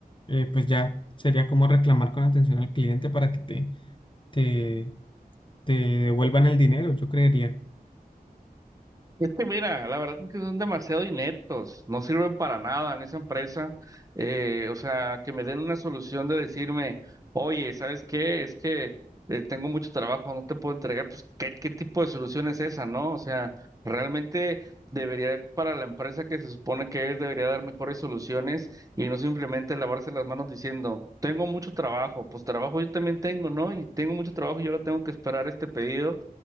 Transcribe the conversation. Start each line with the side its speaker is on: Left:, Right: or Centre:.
Left: eh, pues ya sería como reclamar con atención al cliente para que te, te, te devuelvan el dinero, yo creería.
Right: Es que mira, la verdad es que son demasiado ineptos, no sirven para nada en esa empresa. Eh, o sea, que me den una solución de decirme, oye, ¿sabes qué? Es que eh, tengo mucho trabajo, no te puedo entregar. Pues, ¿qué, qué tipo de solución es esa, no? O sea, realmente debería, para la empresa que se supone que es, debería dar mejores soluciones y no simplemente lavarse las manos diciendo, tengo mucho trabajo, pues trabajo yo también tengo, ¿no? Y tengo mucho trabajo y ahora tengo que esperar este pedido,